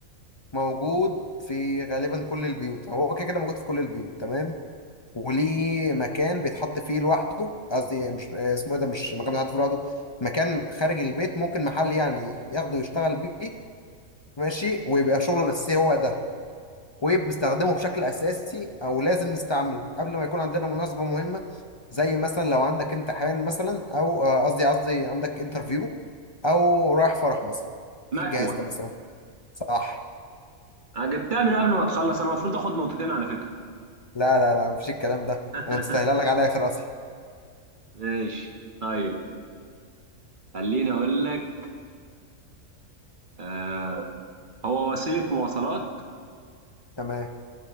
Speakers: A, on the left (about 35°); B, on the right (about 40°).
A: موجود في غالبا كل البيوت هو كده كده موجود في كل البيوت تمام وليه مكان بيتحط فيه لوحده قصدي مش آه، اسمه ايه ده مش مكان بيتحط فيه لوحده مكان خارج البيت ممكن محل يعني ياخده يشتغل بيه ماشي ويبقى شغله الاساسي هو ده وبنستخدمه بشكل أساسي أو لازم نستعمله قبل ما يكون عندنا مناسبة مهمة زي مثلا لو عندك امتحان مثلا أو آه، قصدي قصدي عندك انترفيو أو رايح فرح مثلا
B: مكوه
A: إيه الجهاز ده مثلا صح
B: انا جبتها من قبل ما تخلص انا المفروض اخد نقطتين على فكره
A: لا لا لا مفيش الكلام ده
B: <laughs>
A: أنا مستاهلها لك على الآخر أصلا
B: ماشي طيب خليني اقول لك آه هو وسيله مواصلات
A: تمام